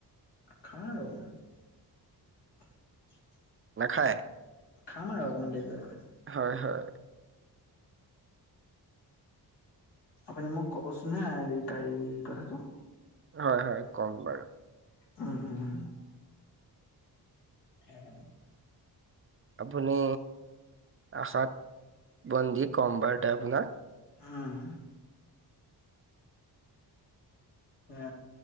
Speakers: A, on the left; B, on the right.
A: <unintelligible> <unintelligible>
B: নাখায়
A: খাম আৰু অকণমান দেৰীকে
B: হয় হয়
A: আপুনি মোক কবচোন হাঁ, সেৰি গাড়ীৰ কথাটো।
B: হয়-হয় কম বাৰু।
A: উম উম উম উম
B: আপুনি আশাত বন্দি কম বাৰত আপোনাক।
A: উম, উ